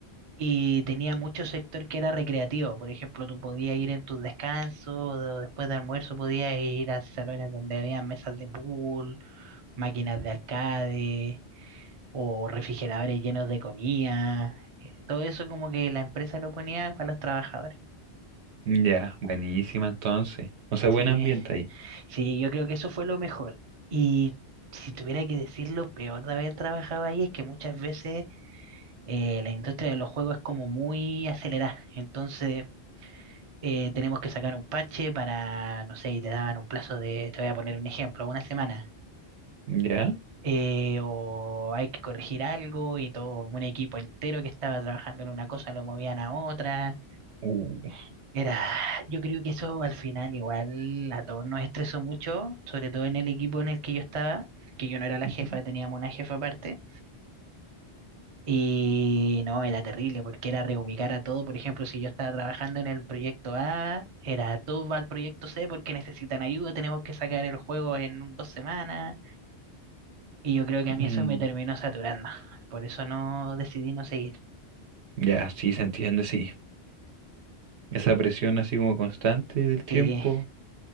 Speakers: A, on the right; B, on the right.
A: y tenía mucho sector que era recreativo. Por ejemplo, tú podías ir en tus descansos, o después de almuerzo podías ir a salones donde había mesas de pool, máquinas de arcade o refrigeradores llenos de comida. Eh, Todo eso como que la empresa lo ponía para los trabajadores.
B: Ya, buenísima entonces. O sea,
A: Sí,
B: buen ambiente ahí.
A: sí, yo creo que eso fue lo mejor. Y si tuviera que decir lo peor de haber trabajado ahí es que muchas veces eh, la industria de los juegos es como muy acelerada. Entonces eh, tenemos que sacar un parche para, no sé, y te daban un plazo de, te voy a poner un ejemplo, una semana.
B: Ya.
A: Eh, o hay que corregir algo y todo un equipo entero que estaba trabajando en una cosa lo movían a otra.
B: Uh.
A: Era, yo creo que eso al final igual a todos nos estresó mucho, sobre todo en el equipo en el que yo estaba, que yo no era la
B: Ujú.
A: jefa, teníamos una jefa aparte. Y no, era terrible porque era reubicar a todo. Por ejemplo, si yo estaba trabajando en el proyecto A, era todo va al proyecto C porque necesitan ayuda, tenemos que sacar el juego en dos semanas. Y yo creo que a mí
B: Mm,
A: eso me terminó saturando. Por eso no decidí no seguir.
B: Ya, sí, se entiende, sí. Esa presión así como constante del tiempo,
A: Sí,